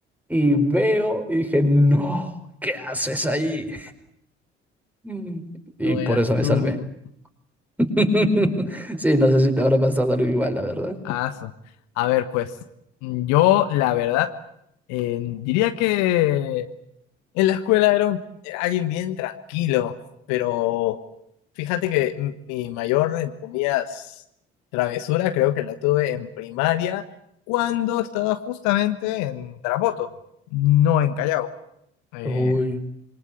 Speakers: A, in the centre; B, on the left.
A: y veo, y dije, no, ¿qué haces ahí? Mm.
B: <laughs>
A: Y
B: no
A: por
B: eras
A: eso me
B: tú.
A: salvé. <laughs> Sí, no sé si te habrá pasado algo igual, la verdad.
B: Ah, su- A ver, pues mm, yo la verdad eh, diría que en la escuela era un- alguien bien tranquilo, pero fíjate que mm, mi mayor, entre comillas, travesura creo que la tuve en primaria cuando estaba justamente en Tarapoto, no en Callao. Eh,
A: Uy.